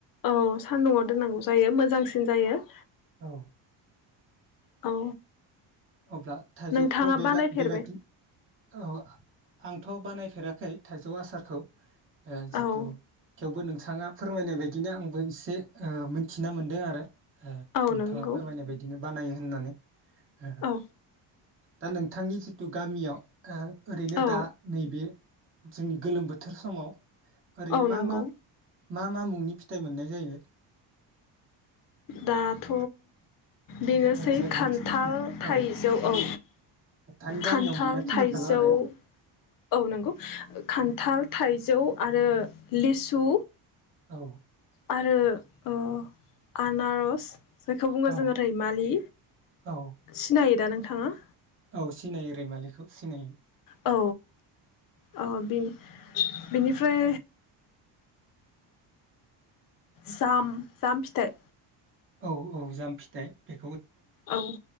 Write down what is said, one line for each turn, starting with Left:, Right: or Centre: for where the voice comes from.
Left: औ सान्दुंआव दोननांगौ जायो मोजांसिन जायो।
Right: औ।
Left: औ।
Right: अब्ला थाइजौखौ
Left: नोंथाङा
Right: बे
Left: बानायफेरबाय
Right: बेबादि औ आंथ बानायफेराखै। थाइजौ आसारखौ ओ‌ जितु
Left: औ
Right: थेवबो नों नोंथाङा फोरमायनाय बायदिनो आंबो एसे ओ मिथिना मोन्दों आरो ओ
Left: औ
Right: नोंथाङा
Left: नंगौ
Right: फोरमायनाय बायदिनो बानायो होननानै। ओह
Left: औ
Right: दा नोंथांनि जिहेथु गामियाव ओ ओरैनो
Left: औ
Right: दा नैबे जोंनि गोलोम बोथोर समाव ओरैनो
Left: औ
Right: मा
Left: नंगौ
Right: मा मा मा मुंनि फिथाइ मोननाय जायो?
Left: दाथ' बेनोसै
Right: ओ जेरै
Left: खान्थाल
Right: नोंसिना
Left: थाइजौ
Right: औ
Left: औ
Right: नोंथानि गामियाव
Left: खान्थाल
Right: मोननाय खिनिखौल'
Left: थाइजौ
Right: आरो
Left: औ नोंगौ खान्थाल थाइजौ आरो लिसु
Right: औ।
Left: आरो ओ‌ आनारस जायखौ बुङो
Right: औ
Left: जोंङो रैमालि
Right: औ
Left: सिनायो दा नोंथाङा
Right: औ सिनायो रैमालिखौ सिनायो।
Left: औ औ बे बेनिफ्राय जाम जाम फिथाइ।
Right: औ औ जामफिथाइ बे
Left: औ